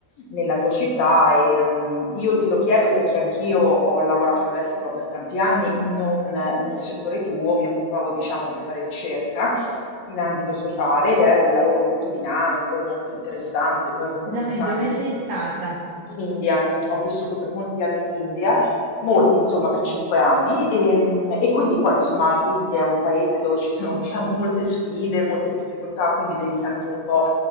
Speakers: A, on the left; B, on the right.
A: nella tua città e mm, io te lo chiedo perché anch'io ho lavorato all'estero per tanti anni, non nel settore tuo, mi occupavo, diciamo, di fare ricerca. in ambito sociale ed era un lavoro molto dinamico, molto interessante. Poi comunque,
B: Dai,
A: sai,
B: dove sei stata?
A: in India, ho vissuto per molti anni in India, molti insomma per cinque anni e, mm, e quindi poi insomma l'India è un paese dove ci sono diciamo molte sfide, molte difficoltà, quindi devi sempre un po'